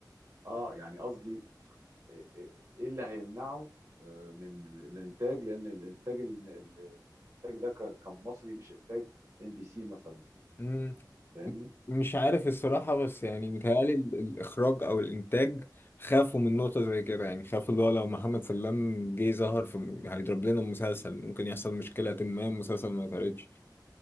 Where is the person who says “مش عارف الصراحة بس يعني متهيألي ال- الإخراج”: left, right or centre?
Left